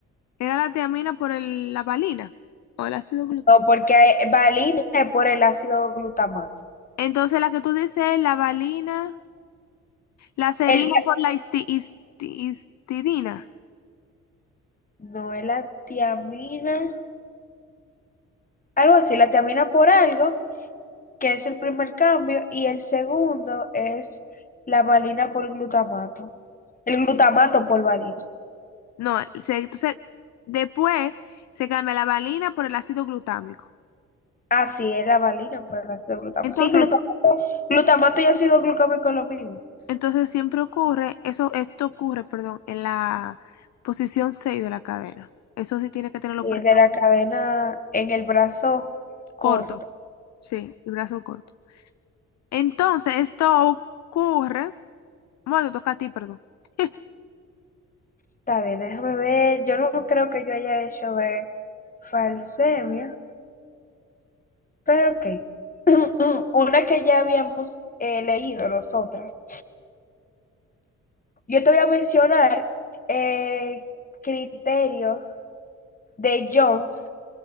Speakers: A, on the left; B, on the left.
A: era la tiamina por el- la valina o el ácido glu-
B: No, porque valina es por el ácido glutamato.
A: Entonces la que tú dices, la valina, la serina
B: El,
A: por la histi- histi- histidina.
B: no es la tiamina. algo así, la tiamina por algo, que es el primer cambio, y el segundo es la valina por glutamato. El glutamato por valina.
A: No, se- entonces después se cambia la valina por el ácido glutámico.
B: Ah, sí, es la valina por el ácido glutamato.
A: Entonces,
B: Sí, glutamato, glutamato y ácido glucámico es lo mismo.
A: entonces siempre ocurre, eso, esto ocurre, perdón, en la posición 6 de la cadena. Eso sí tiene que tenerlo
B: Sí,
A: presente.
B: es de la cadena en el brazo corto.
A: Corto. Sí, el brazo corto. Entonces, esto ocurre. Bueno, te toca a ti, perdón. <laughs>
B: Está bien, déjame ver. Yo no creo que yo haya hecho de falsemia, pero ok. <clears throat> Una que ya habíamos eh, leído, los otras. Yo te voy a mencionar eh, criterios de Jones,